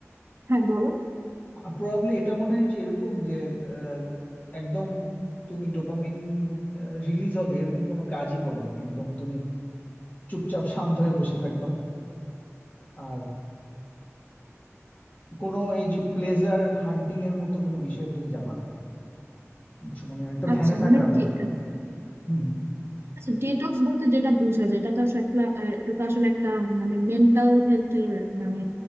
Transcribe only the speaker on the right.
হ্যাঁ বলো
আচ্ছা
মানে ডি-
আচ্ছা ডিটক্স বলতে যেটা বোঝা যায় এটা তো আসলে একটা আহ, এটা তো আসলে একটা মানে মেন্টাল হেলথের মানে